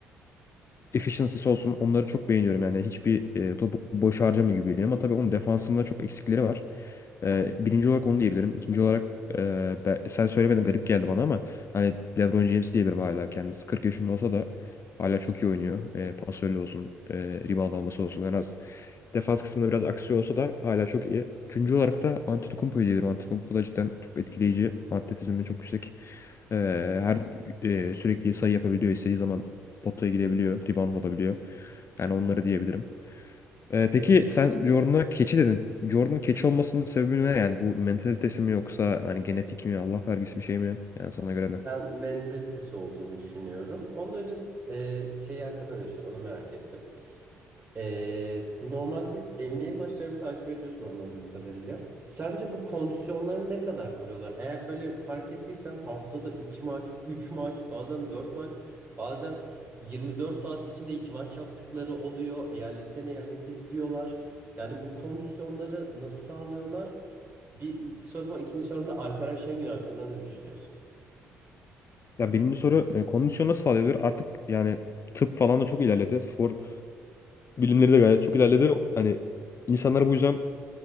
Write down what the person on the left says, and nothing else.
efficiency'si olsun onları çok beğeniyorum. Yani hiçbir e, topu boş harcamıyor gibi geliyor ama tabii onun defansında çok eksikleri var. E, birinci olarak onu diyebilirim. İkinci olarak e, ben- sen söylemedin garip geldi bana ama hani LeBron James diyebilirim hala kendisi 40 yaşında olsa da hala çok iyi oynuyor. E, pasörlü olsun, e, rebound alması olsun en az defans kısmında biraz aksiyon olsa da hala çok iyi. Üçüncü olarak da Antetokounmpo'yu diyebilirim. Antetokounmpo da cidden çok etkileyici. Atletizmi çok yüksek. E, her e, sürekli sayı yapabiliyor. istediği zaman potaya gidebiliyor. Rebound olabiliyor. Yani onları diyebilirim. Ee, peki
sen Jordan'a keçi dedin. Jordan'ın keçi olmasının sebebi ne? Yani bu mentalitesi mi yoksa hani genetik mi, Allah vergisi bir şey mi? Yani sana göre ne?
Ya birinci soru e, kondisyon nasıl sağlayabilir? Artık yani tıp falan da çok ilerledi. Spor bilimleri de gayet çok ilerledi. Hani insanlar bu yüzden